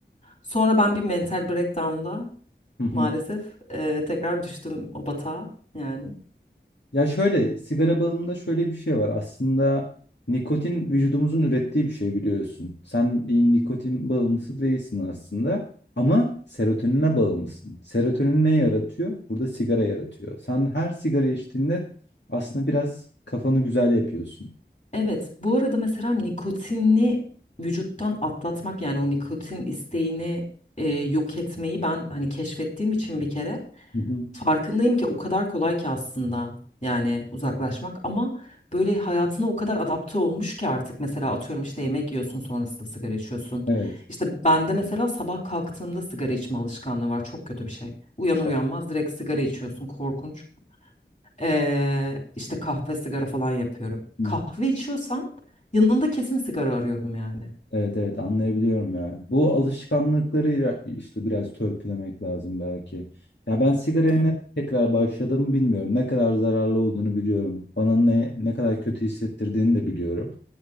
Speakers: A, on the left; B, on the left.
A: Sonra ben bir mental breakdown'da
B: Hı hı.
A: maalesef e, tekrar düştüm o batağa yani.
B: Ya şöyle sigara bağımlılığında şöyle bir şey var. Aslında nikotin vücudumuzun ürettiği bir şey biliyorsun. Sen bir nikotin bağımlısı değilsin aslında ama serotonine bağımlısın. Serotonin ne yaratıyor? Burada sigara yaratıyor. Sen her sigara içtiğinde aslında biraz kafanı güzel yapıyorsun.
A: Evet, bu arada mesela nikotini vücuttan atlatmak yani o nikotin isteğini e, yok etmeyi ben hani keşfettiğim için bir kere
B: Hı hı.
A: farkındayım ki o kadar kolay ki aslında yani uzaklaşmak ama böyle hayatına o kadar adapte olmuş ki artık mesela atıyorum işte yemek yiyorsun sonrasında sigara içiyorsun.
B: Evet.
A: İşte bende mesela sabah kalktığımda sigara içme alışkanlığı var çok kötü bir şey. Uyanır
B: Çok.
A: uyanmaz direkt sigara içiyorsun korkunç. Ee, işte kahve sigara falan yapıyorum.
B: Hı.
A: Kahve içiyorsam yanında kesin sigara arıyorum yani.
B: Evet evet anlayabiliyorum ya. Bu alışkanlıkları ira- işte biraz törpülemek lazım belki. Ya ben sigaraya
A: Evet.
B: ne tekrar başladığımı bilmiyorum. Ne kadar zararlı olduğunu biliyorum. Bana ne ne kadar kötü hissettirdiğini de biliyorum.